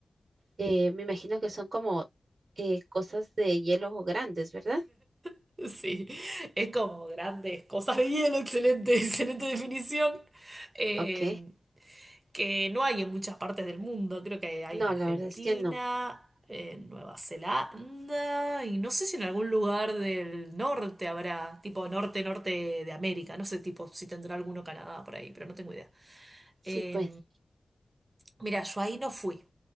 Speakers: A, on the right (about 65°); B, on the right (about 35°).
A: Eh, me imagino que son como eh, cosas de hielo grandes, ¿verdad?
B: <laughs> Sí, es como grandes cosas de hielo, excelente, <laughs> excelente definición, eh,
A: Ok.
B: que no hay en muchas partes del mundo, creo que hay
A: No,
B: en Argentina,
A: la verdad es que no.
B: en Nueva Zelanda, y no sé si en algún lugar del norte habrá, tipo norte, norte de América, no sé tipo si tendrá alguno Canadá por ahí, pero no tengo idea.
A: Sí,
B: Eh,
A: pues,
B: Mira, yo ahí no fui